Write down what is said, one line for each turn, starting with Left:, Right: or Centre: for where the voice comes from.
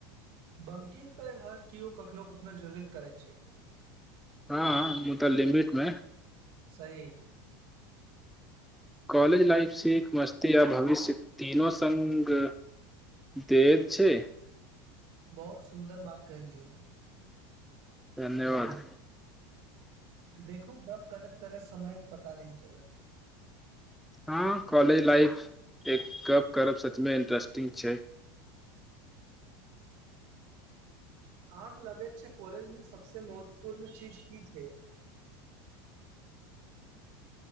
Right: बैंकिंग तऽ हर केओ कखनो कखनो जरूरत करैत छै
Centre: हँ मुतलिमीटमे
Right: तही
Centre: कॉलेज लाइफ सीख मस्ती आ भविष्य तीनो सङ्ग देत छै
Right: बहुत सुंन्दर बात कह लियौ
Centre: धन्यवाद
Right: देखू अब करैत करे समयक पता न चल
Centre: हँ कॉलेज लाइफ एक गप करब सचमे इंट्रेस्टिंग छै
Right: अहाँ लगैत छै कॉलेज में सभसं महत्वपूर्ण चीज की छै